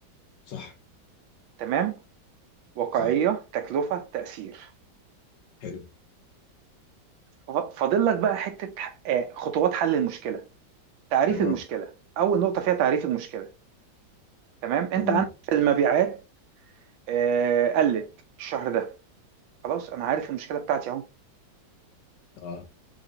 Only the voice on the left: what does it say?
صح
صح
حلو
تمام
تمام
اه